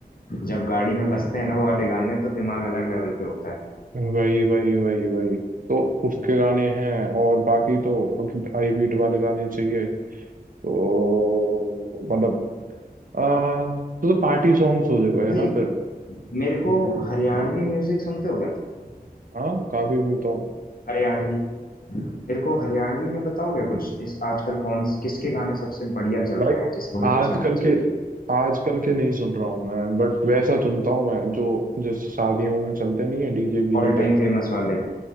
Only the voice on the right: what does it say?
वही वही वही वही तो उसके गाने हैं और बाकी तो हाई बीट वाले गाने चाहिए तो मतलब आ, तो, तो पार्टी सॉन्ग्स हो जाएगा
ना फिर
हम्म,
हाँ काफी सुनता हूँ
भाई
आजकल
के आजकल के नहीं सुन रहा हूँ मैं बट वैसा सुनता हूँ मैं जो जैसे शादियों में चलते नहीं है डीजे बीजे
पे <laughs>